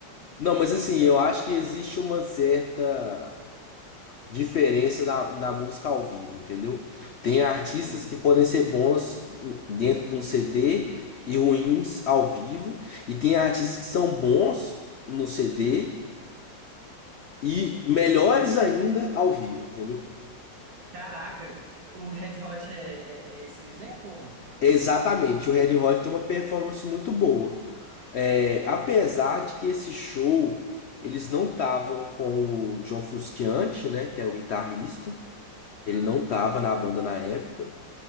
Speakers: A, on the left (about 80°); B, on the right (about 55°).
A: Não, mas assim,
B: É,
A: eu acho que existe uma certa diferença na, na música ao vivo, entendeu? Tem artistas
B: é,
A: que podem ser bons em- dentro de um CD e ruins ao vivo, e tem artistas que são bons no CD e
B: sim.
A: melhores ainda ao vivo, entendeu?
B: Caraca, o Red Hot é, é, é esse exemplo ou não?
A: Exatamente, o Red Hot tem uma performance muito boa. É, apesar de que esse show eles não estavam com o John Frusciante, né, que é o guitarrista, Ele
B: Ah,
A: não tava na banda na época.